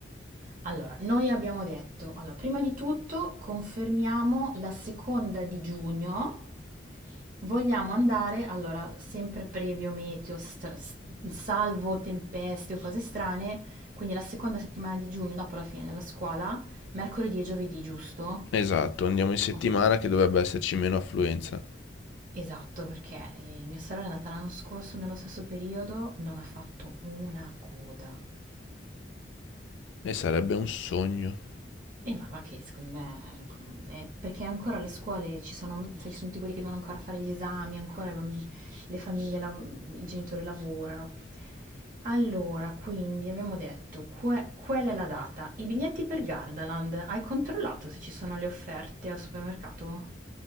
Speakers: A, on the right; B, on the left.
A: Allora, noi abbiamo detto, allora, prima di tutto confermiamo la seconda di giugno, Vogliamo andare, allora, sempre previo meteo, str- s- salvo tempeste o cose strane, quindi la seconda settimana di giugno, dopo la fine della scuola, mercoledì e giovedì, giusto?
B: Esatto, andiamo in settimana
A: Conf-
B: che dovrebbe esserci meno affluenza.
A: Esatto, perché eh, mia sorella è andata l'anno scorso nello stesso periodo, non ha fatto una coda.
B: E sarebbe un sogno.
A: Eh, ma va che secondo me com- è perché ancora le scuole ci sono, sai, ci sono tutti quelli che devono ancora fare gli esami, ancora i bamb- le famiglie, lav- i genitori lavorano. Allora, quindi abbiamo detto, que- quella è la data. I biglietti per Gardaland, hai controllato se ci sono le offerte al supermercato?